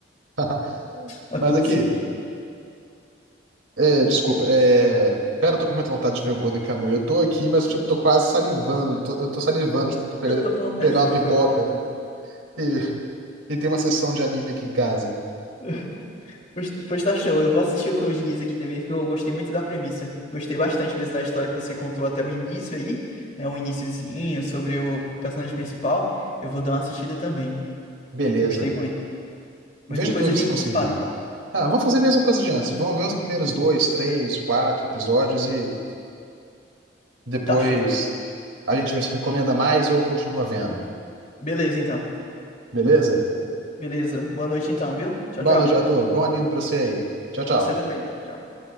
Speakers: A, on the right (about 90°); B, on the left (about 35°).
A: <laughs>
B: eu
A: Mas
B: consegui.
A: aqui. É, desculpa, é... Cara, eu tô com muita vontade de ver o Golden Kamuy. Eu tô aqui, mas, tipo, tô quase salivando. Tô- eu tô salivando, tipo, pra pegar,
B: Eu tô com vontade
A: pegar
B: de
A: uma
B: ver
A: pipoca
B: o Code Geass, né?
A: e, <laughs> e ter uma sessão de anime aqui em casa.
B: <laughs> Pois, pois tá show, eu vou assistir o Code Geass aqui também, que eu gostei muito da premissa. Gostei bastante mesmo da história que você contou até o início aí, né? Um iniciozinho sobre o personagem principal. Eu vou dar uma assistida também.
A: Beleza.
B: Gostei muito.
A: Veja
B: Mas depois
A: tudo
B: a gente
A: se conseguir.
B: se fala, então.
A: Ah, vamos fazer a mesma coisa de antes. Vamos ver os primeiros dois, três, quatro episódios e depois
B: Tá show.
A: a gente vê se recomenda mais ou continua vendo.
B: Beleza, então.
A: Beleza?
B: Beleza. Boa noite, então, viu? Tchau,
A: Boa
B: tchau.
A: noite, Arthur. Bom anime pra você aí. Tchau, tchau.
B: Pra você também. Tchau.